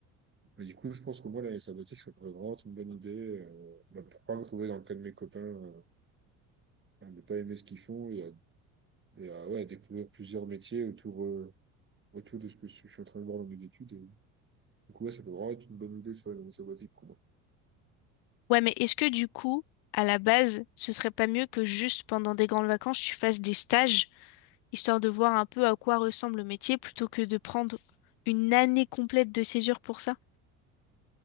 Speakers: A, on the right; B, on the left.
A: Mais du coup, je pense que moi, l'année sabbatique, ça pourrait vraiment être une bonne idée. Euh, bah, pour pas me trouver dans le cas de mes copains, euh, à ne pas aimer ce qu'ils font et à, et à, ouais, à découvrir plusieurs métiers autour, euh, autour de ce que je suis en train de voir dans mes études. Du coup, ouais, ça peut vraiment être une bonne idée sur les missions basiques pour moi.
B: Ouais, mais est-ce que du coup, à la base, ce serait pas mieux que juste pendant des grandes vacances, tu fasses des stages, histoire de voir un peu à quoi ressemble le métier, plutôt que de prendre une année complète de césure pour ça?